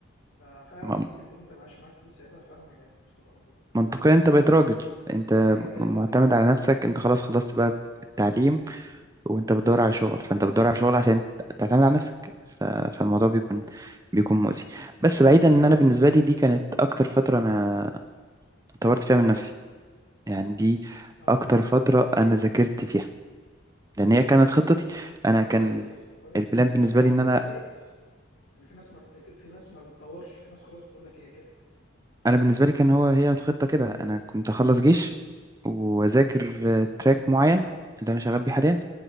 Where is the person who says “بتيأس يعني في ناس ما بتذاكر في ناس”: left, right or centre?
Left